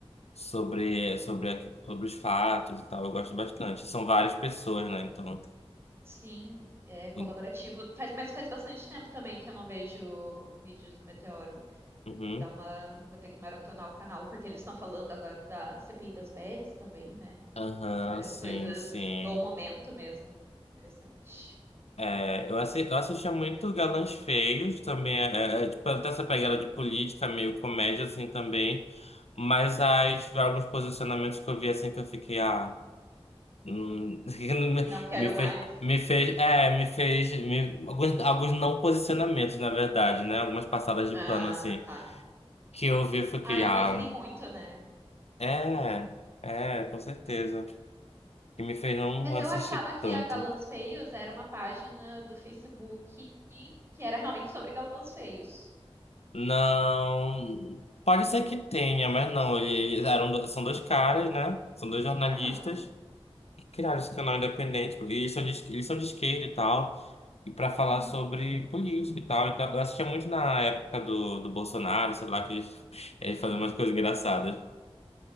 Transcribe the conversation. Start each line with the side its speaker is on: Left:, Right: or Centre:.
Left: sobre, sobre, aqui- sobre os fatos e tal. Eu gosto bastante. São várias pessoas, né? Então.
Right: Sim, é colaborativo.
Left: e-
Right: Faz, mas faz bastante tempo também que eu não vejo vídeos do Meteoro.
Left: Uhum.
Right: Eu vou dar uma, vou ter que maratonar o canal, porque eles estão falando agora da CPI das Bets também, né?
Left: Aham,
Right: Várias
Left: sim,
Right: coisas
Left: sim.
Right: do momento mesmo. Interessante.
Left: É, eu, assi eu assistia muito Galãs Feios também, é, é, é, tipo, até essa pegada de política, meio comédia assim também, mas as, alguns posicionamentos que eu vi assim que eu fiquei, ah, hum, <laughs>
Right: Não quero
Left: me, me fez,
Right: mais.
Left: me fez, é, me fez, me- alguns, alguns não posicionamentos, na verdade, né, algumas passadas de
Right: Ah,
Left: pano assim,
Right: tá.
Left: que eu vi eu fiquei,
Right: Ai,
Left: ah,
Right: mas tem muito, né?
Left: É, é, com certeza. Que me fez não
Right: Mas
Left: assistir
Right: eu achava que
Left: tanto.
Right: a Galãs Feios era uma página do Facebook e que era realmente sobre galãs feios.
Left: Não. Pode ser que tenha, mas não. ele- Eles eram, do- são dois caras, né? São dois jornalistas.
Right: Aham.
Left: Criaram esse canal independente. E eles são de, esque- eles são de esquerda e tal. E pra falar
Right: Uhum.
Left: sobre política e tal. Então, eu assistia muito na época do, do Bolsonaro, sei lá, que eles, eles
Right: Uhum.
Left: faziam umas coisas engraçadas.